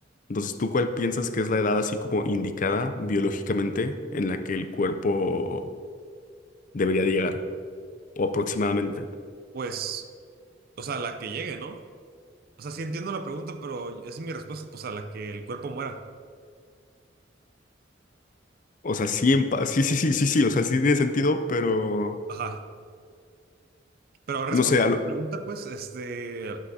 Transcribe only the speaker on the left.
Entonces, ¿tú cuál piensas que es la edad así como indicada biológicamente en la que el cuerpo debería de llegar? O aproximadamente.
O sea, sí, en pa- sí, sí, sí, sí, sí, o sea, sí tiene sentido, pero
no sé,